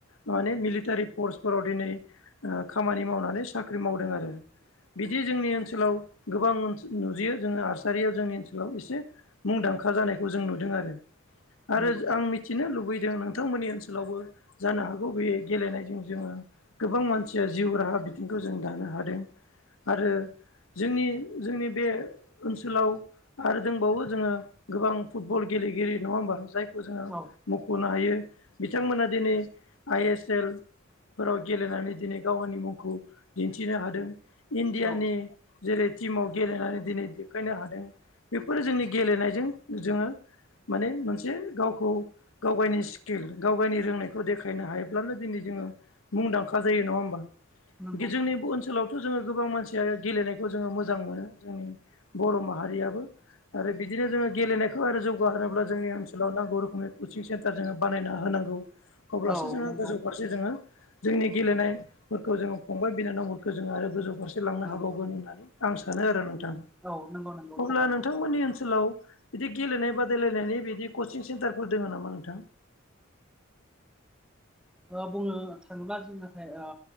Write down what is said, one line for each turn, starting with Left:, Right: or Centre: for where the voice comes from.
Left: माने मिलिटारि फर्सफोराव दिनै ओ खामानि मावनानै साख्रि मावदों आरो। बिदि जोंनि ओनसोलाव गोबां नुजियो जोङो आर्सारिया जोंनि ओनसोलाव एसे मुंदांखा जानायखौ जों नुदों आरो आरो
Centre: नंगौ
Left: आं मिथिनो लुबैदों नों थां मोननि ओनसोलावबो जानो हागौ बे गेलेनायजों जोङो गोबां मानसिया जिउ राहा बिथिंखौ जों दानो हादों आरो जोंनि जोंनि बे ओनसोलाव आरो दोंबावो जोङो गोबां फुटबल गेलेगिरि नङा होमबा जाय खौ जोङो
Centre: औ
Left: मख'नो हायो बिथांमोना दिनै आइ एस एल फोराव गेलेनानै दिनै गावनि मुंखौ दिन्थिनो हादों इण्डियानि
Centre: नंगौ औ
Left: जेरै टिमाव गेलेनानै दिनै देखायनो हादों बेफोरो जोंनि गेलेनायजों जोङो माने मोनसे गावखौ गावगायनि किल गावगायनि रोंनायखौ देखायनो हायोब्लानो दिनै जोङो मुंदांखा जायो नङा होमबा?
Centre: नंगौ
Left: दि जोंनि ब ओनसोलाव थ' जोङो गोबां मानसियानो गेलेनायखौ जोङो मोजां मोनो जोंनि बर' माहारियाबो। आरो बिदिनो जोङो गेलेनाय खो आरो जौगाहोनोब्ला जोंनि ओनसोलाव नांगौ रोखोमनि कचिं सेन्टार जोङो बानायना होनांगौ। अब्लासो
Centre: औ नंगौ
Left: गोजौ फारसे जोङो जोंनि गेलेनायफोरखौ जोङो फंबाय बिनानावफोरखौ जोङो आरो गोजौ फारसे सोलांनो
Centre: नंगौ
Left: हाबावगोन होननानै आं सानो आरो नोंथां
Centre: औ नंगौ नंगौ
Left: अब्ला
Centre: थारैनो
Left: नोंथांमोननि ओनसोलाव बिदि गेलेनाय बादायलायनायनि बिदि कचिं सेन्टारफोर दङ नामा नोंथां?
Centre: औ बुंनो थाङोब्ला जों नाथाय ओ